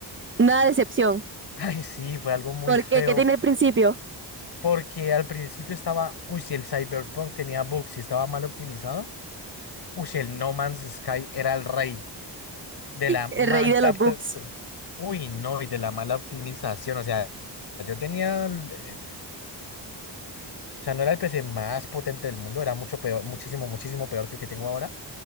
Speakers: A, on the right; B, on the left.
A: Una decepción.
B: <laughs> Ay, sí, fue algo muy
A: Porque,
B: feo.
A: ¿qué ¿Qué tiene el principio?
B: Porque al principio estaba, uy, si el Cyberpunk tenía bugs y estaba mal optimizado, uy, si el No Man's Sky era el rey. de la mala,
A: El rey de
B: opti-
A: los bugs.
B: uy, no, y de la mala optimización, o sea, yo tenía, el, eh, o sea, no era el PC más potente del mundo, era mucho peor, muchísimo, muchísimo peor que el que tengo ahora,